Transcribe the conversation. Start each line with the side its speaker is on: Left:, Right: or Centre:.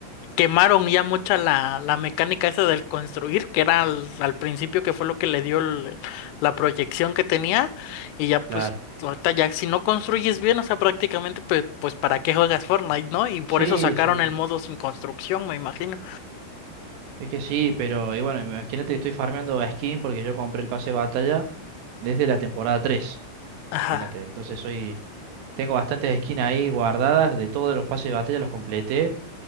Left: quemaron ya mucha la, la mecánica esa del construir, que era al, al principio que fue lo que le dio el- la proyección que tenía, y ya
Right: Claro.
Left: pues ahorita ya si no construyes bien, o sea, prácticamente pues, pues para qué juegas Fortnite, ¿no? Y por
Right: Sí,
Left: eso sacaron
Right: sí,
Left: el modo sin construcción, me imagino.
Right: es que sí, pero y bueno, imagínate, estoy farmeando a skin porque yo compré el pase de batalla desde la temporada 3.
Left: Ajá.
Right: Imagínate, entonces soy, tengo bastantes skins ahí guardadas de todos los pases de batalla, los completé,